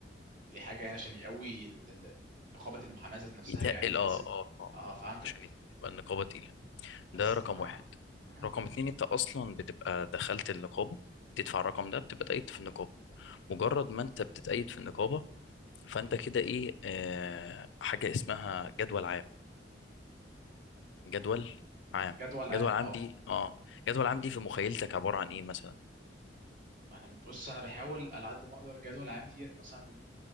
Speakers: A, on the right; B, on the left.
A: دي حاجة يعني عشان يقوي ال- ال- نقابة المحاماة ذات نفسها
B: يتقل
A: يعني بحيث
B: أه
A: ان
B: أه أه
A: اه فهمتك
B: عشان يبقى النقابة تقيلة
A: بس
B: ده رقم
A: اه
B: واحد
A: اه
B: رقم اتنين أنت أصلا بتبقى دخلت النقابة تدفع الرقم ده بتبقى تقيد في النقابة مجرد ما انت بتتأيد في النقابة فانت كده ايه آه حاجة اسمها جدول عام جدول عام
A: جدول عام
B: جدول عام
A: اه
B: دي اه جدول عام دي في مخيلتك عبارة عن ايه مثلا
A: انا بص انا بحاول على قد ما اقدر جدول عام ديت مثلا